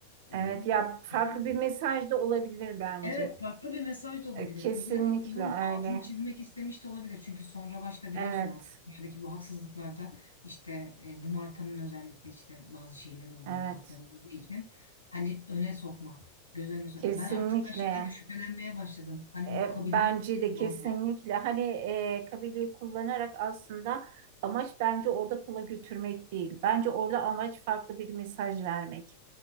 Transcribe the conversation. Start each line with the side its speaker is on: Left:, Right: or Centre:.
Left: Ee,
Right: Evet ya farklı
Left: yani
Right: bir mesaj da olabilir bence.
Left: evet farklı bir mesaj da olabilir.
Right: E, Kesinlikle
Left: Özellikle bunun
Right: öyle.
Left: altını çizmek istemiş de olabilir. Çünkü sonra başta biliyorsun
Right: Evet,
Left: artık dünyadaki bu haksızlıklarda işte e, bu markanın özellikle işte bazı şeyleri olduğu,
Right: evet.
Left: mukatları olduğu için hani öne sokmak, göz önüne sok-
Right: Kesinlikle.
Left: Ben artık her şeyden de şüphelenmeye başladım. Hani
Right: E,
Left: bu kabiliği
Right: bence de
Left: kullandılar.
Right: kesinlikle. Hani e, kabileyi kullanarak aslında amaç bence orada kola götürmek değil. Bence orada amaç farklı bir mesaj vermek.